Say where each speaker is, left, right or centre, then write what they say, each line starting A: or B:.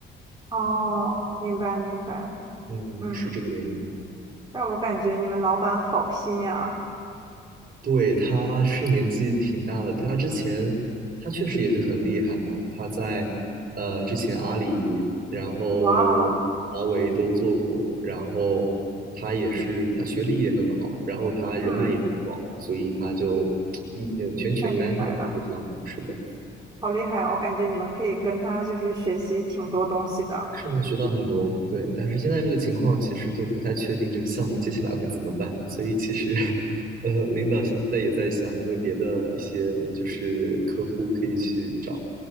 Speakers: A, on the right (about 20°); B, on the right (about 50°).
A: 哦，明白明白，
B: 嗯，
A: 嗯，
B: 是这个原因。
A: 让我感觉你们老板好拼呀，
B: 对，他是年纪挺大的，他之前他确实也是很厉害嘛，他在呃之前阿里，然后华为都做过，
A: 哇哦，
B: 然后他也是他学历也很好，然后他人脉也很广，
A: 嗯，
B: 所以他就 <tsk> 一嗯全权担下了这个项目，
A: 太厉害了，
B: 是的。
A: 好厉害哦我感觉你们可以跟他就是学习挺多东西的，
B: 是能学到很多，对。但是现在这个情况，其实就不太确定这个项目接下来会怎么办。所以其实，<laughs> 呃，领导现在也在想有没有别的一些就是客户可以去找，